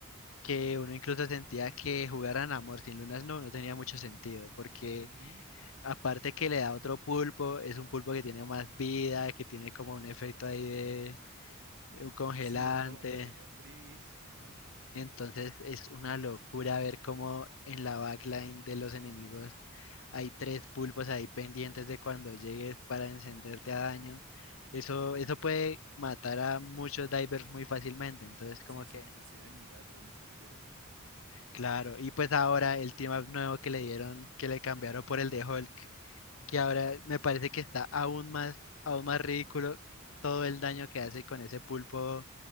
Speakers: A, on the left; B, on the right.
A: que uno incluso sentía que jugar a amor sin Luna Snow no tenía mucho sentido. Porque
B: Ujú.
A: aparte que le da otro pulpo, es un pulpo que tiene más vida, que tiene como un efecto ahí de eh, un congelante.
B: Sí, un po- un pequeño freeze, ajá.
A: Entonces es una locura ver cómo en la backline de los enemigos hay tres pulpos ahí pendientes de cuando llegues para encenderte a daño. Eso, eso puede matar a muchos divers muy fácilmente. Entonces
B: Sí,
A: como que,
B: sin necesidad de mirarlo ni siquiera.
A: claro. Y pues ahora el team up nuevo que le dieron, que le cambiaron por el de Hulk, que ahora me parece que está aún más, aún más ridículo todo el daño que hace con ese pulpo